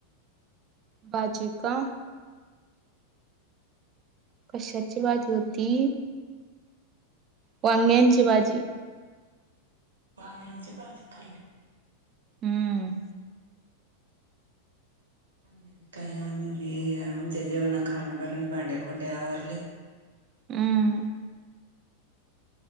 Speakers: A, on the right (about 30°); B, on the right (about 65°).
A: बाजिका. कशाची बाजी होती. वांग्यांची भाजी
B: वांग्यांची भाजी खाल्ली
A: हम्म
B: आम्ही काय आम्हीी आमच्या जेवणा खाना भरून भांडे्याकोंडे आवरले.
A: हम्म